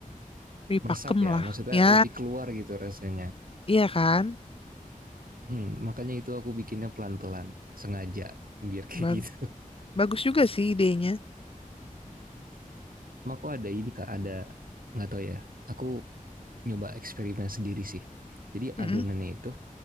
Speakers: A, on the left (about 40°); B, on the right (about 80°).
A: lebih
B: Meresap
A: pakem
B: ya,
A: lah.
B: maksudnya
A: Ya,
B: lebih keluar gitu rasanya.
A: iya kan?
B: Mm, makanya itu aku bikinnya pelan-pelan, sengaja, biar kayak
A: Bag-
B: gitu. <laughs>
A: bagus juga sih idenya.
B: Sama aku ada ini kak, ada nggak tahu ya. Aku nyoba eksperimen sendiri sih. Jadi adonannya
A: Mm-mm.
B: itu